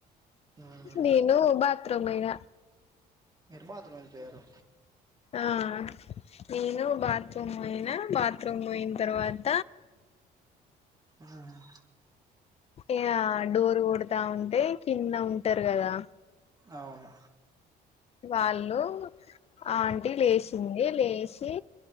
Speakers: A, on the right; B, on the left.
A: మ్మ్
B: నేను బాత్ తో మీద
A: ఎటు మాత్రం వెళ్ళిపోయారు
B: ఆ నేను బాత తృం పోయినా బాత్రూమ్ పోయినా తర్వాత్
A: ఆ ఆ
B: ఇహ డోర్ కొడతా ఉంటే కింద ఉంటరు కదా
A: అవును
B: వాళ్ళు ఆంటీ లేశింది లేశి